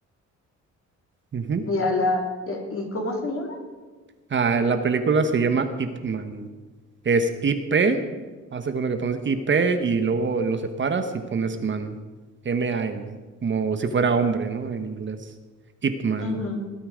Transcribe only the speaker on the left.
y a la. eh, ¿Y cómo se llama?
Ujú,